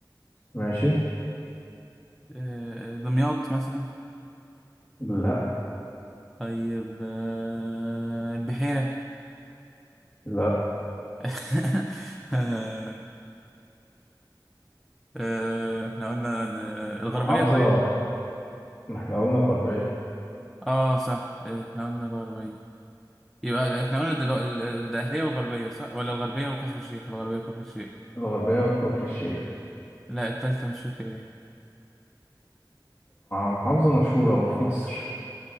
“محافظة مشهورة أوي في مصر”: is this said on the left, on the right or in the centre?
Left